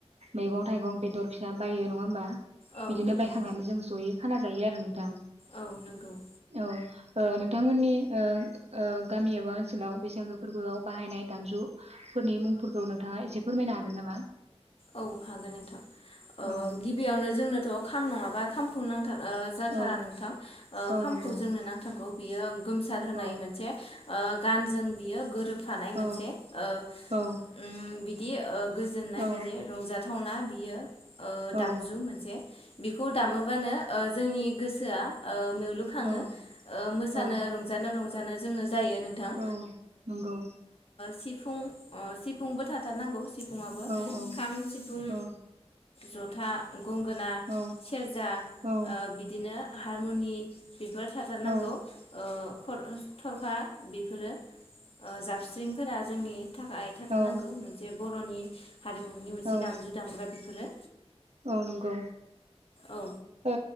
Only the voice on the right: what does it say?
मैगं थाइगं बेदर फिसा बायो नङा होमबा
बिदिनो
बायखांनानै जों जयै खाना जायो आरो नोंथां
औ ओ नोंथांमोननि ओ गामि एबा ओनसोलाव बैसागो फोरबोआव बाहायनाय दामजु फोरनि मुंफोरखौ नोंथाङा एसे फोरमायनो हागोन नामा?
औ
औ
औ
नंगौ
औ
औ
औ
औ
औ
औ
औ
औ नंगौ
औ औ
औ
औ
औ
औ
औ
औ
औ नंगौ
ओ